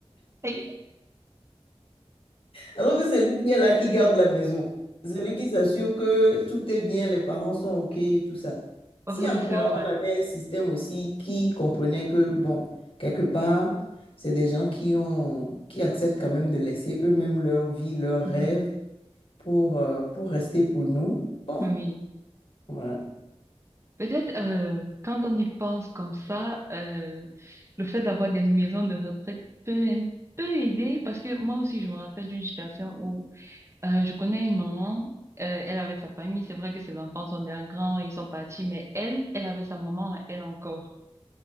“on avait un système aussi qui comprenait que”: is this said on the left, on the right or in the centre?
Left